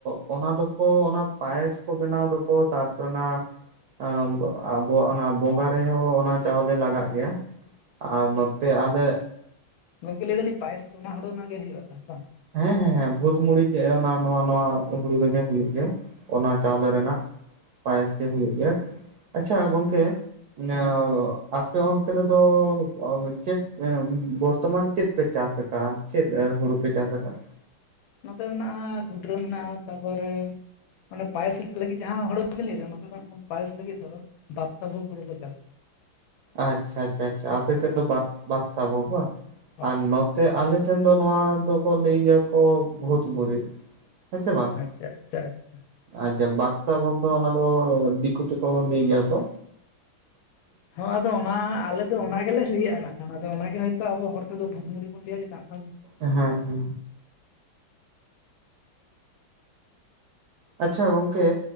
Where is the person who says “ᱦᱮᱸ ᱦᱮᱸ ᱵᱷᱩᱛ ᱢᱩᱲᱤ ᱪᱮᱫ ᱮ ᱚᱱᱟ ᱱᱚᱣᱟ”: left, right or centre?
Right